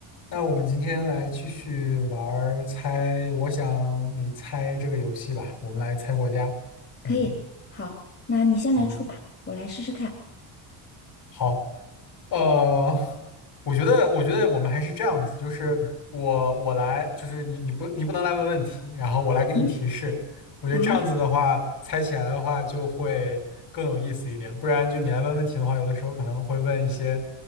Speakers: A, on the left; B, on the left.
A: 那我们今天来继续玩儿猜，我想你猜这个游戏吧。我们来猜国家。嗯
B: 可以，好，那你先来出吧，
A: 嗯，
B: 我来试试看。
A: 好。呃，我觉得，我觉得我们还是这样子，就是我我来，就是你你不你不能来问问题，然后我来给你提示。
B: 嗯，
A: 我觉得这样子的话，
B: 啊，
A: 猜起来的话就会更有意思一点。不然就你来问问题的话，有的时候可能会问一些